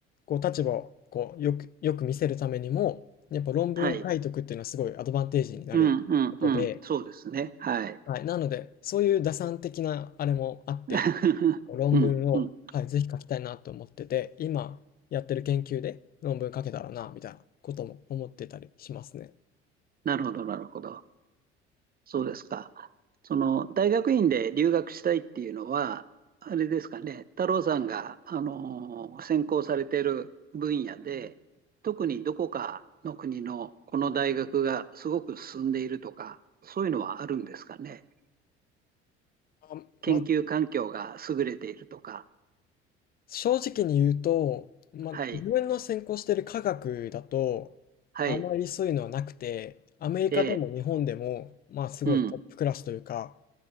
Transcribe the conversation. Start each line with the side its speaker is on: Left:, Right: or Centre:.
Left: こう、立場を、こう、よくよく見せるためにも、やっぱ論文を書いとくっていうのはすごいアドバンテージになることで
Right: はい。うんうんうん。そうですね。はい。
Left: はい、なので、そういう打算的なあれもあって、
Right: <laughs>
Left: こう論文を、
Right: うんうん。
Left: はい、ぜひ書きたいなと思ってて、今やってる研究で論文書けたらな、みたいなことも思ってたりしますね。
Right: なるほど、なるほど。そうですか。その、大学院で留学したいっていうのは、あれですかね、太郎さんが、あのー専攻されている分野で、特にどこかの国のこの大学がすごく進んでいるとか、そういうのはあるんですかね。
Left: あ、
Right: 研究環境が優れているとか。
Left: まあ、正直に言うと、まあ、
Right: はい、
Left: 自分の専攻してる科学だと、
Right: はい、
Left: あまりそういうのはなくて、アメリカでも日本でも、
Right: ええ、
Left: まあ、すごいトップクラスというか
Right: うん、